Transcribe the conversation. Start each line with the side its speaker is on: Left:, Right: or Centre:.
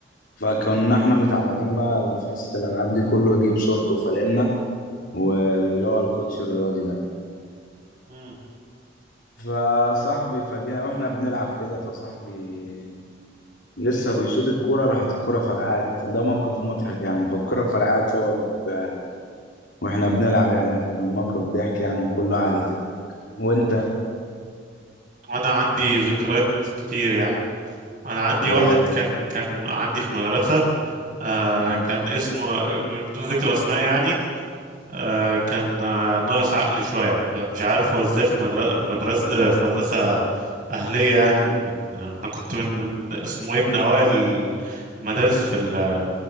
Left: فكنا احنا متعودين بقى في حصة الألعاب دي كله يجيب شورت فانلة واللي هو الكوتش الرياضي ده
Right: مم.
Left: فصاحبي فجأة واحنا بنلعب كده فصاحبي لسه بيشوط الكورة راحت الكورة فرقعت ده موقف مضحك يعني فالكورة فرقعت هو ب... واحنا بنلعب يعني فكان موقف ضحك يعني وكله قاعد يضحك وانت
Right: وانا عندي ذكريات كتير يعني انا عندي
Left: زي
Right: واحد
Left: ايه كده؟
Right: كان كان عندي في المدرسه آه
Left: مم.
Right: كان اسمه بدون ذكر اسماء يعني آه كان آه ناقص عقل شويه مش عارف هو ازاي في المدرسه في مدرسه آه، في مدرسه اهليه يعني ومن آه، انا كنت من من اسمه ايه من اوائل المدارس في ال-